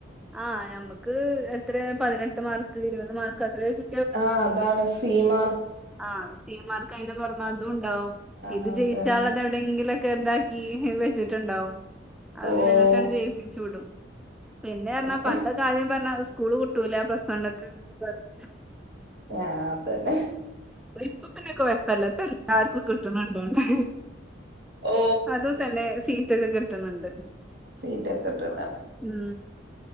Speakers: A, in the centre; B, on the right.
A: ആ ഞമ്മക്ക് എത്രെ പതിനെട്ട് മാർക്ക് ഇരുപത് മാർക്ക് അത്രേ കി
B: ആ അതാണ് സി മാ
A: ആ സി മാർക്ക് അയിന്റെ പൊറമെ അതുണ്ടാവും
B: ആഹ്
A: ഇത്
B: അതന്നെ
A: ജയിച്ചാളളതെവിടെങ്കിലൊക്കെതാക്കി വെച്ചിട്ട്ണ്ടാവും അത്
B: ഓഹ്
A: പിന്നെ ങ്ങട്ട് ട്ടണ്ട് ജയിപ്പിച്ചു വിടും പിന്നെറഞ്ഞാ
B: അതാണ്
A: പണ്ടൊക്കാദ്യം പറഞ്ഞാ സ്കൂള് പൂ ട്ടൂല പ്ലസ്സ് വണ്ണ്ക്ക് ന്നൊക്കെ പറയും
B: ആ അതെന്നെ
A: ഇപ്പൊ പിന്നെ കൊയപ്പില്ല ഇപ്പെല്ലാർക്കും കിട്ട്ണ് ണ്ടോന്ന്ണ്
B: ഓ
A: അതും തെന്നെ സീറ്റൊക്കെ കിട്ട്ണ്ണ്ട്
B: സീറ്റൊക്കിട്ടണ്ണ്ട്
A: ഉം